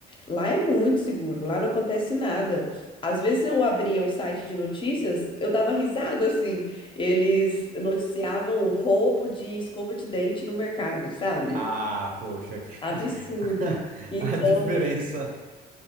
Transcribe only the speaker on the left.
Lá é muito seguro, lá não acontece nada. Às vezes eu abria o site de notícias, eu dava risada assim. Eles noticiavam roubo de escova de dente no mercado, sabe?
Absurdo.
Então,